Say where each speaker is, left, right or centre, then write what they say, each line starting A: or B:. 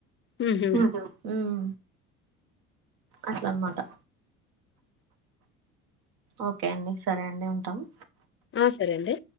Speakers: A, on the left; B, on the right.
A: హుహు.
B: హుమ్ అస్లా అ మాటా ఓకే అండి సరే అండి ఉంటాము
A: ఆ సరే అండి